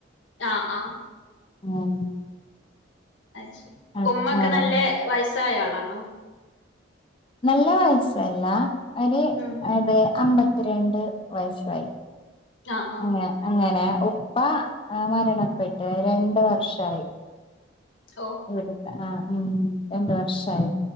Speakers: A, on the left; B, on the left.
A: ആഹ് ആഹ്
B: <unintelligible>
A: അത് ശരി
B: ആഹ്
A: ഉമ്മക്കെ
B: ആഹ്
A: നല്ല വയസ്സായ ആളാണോ
B: നല്ല വയസ്സല്ല ഒരു
A: ഉം
B: അത് അമ്പത്തിരണ്ട് വയസായി
A: ആഹ് ആഹ്
B: അങ്ങ അങ്ങനെ ഉ പ്പ മരണപ്പെട്ട് രണ്ട് വർഷായി
A: ഓ
B: ഇവിടത്തെ ആ ഉം രണ്ട് വർഷായി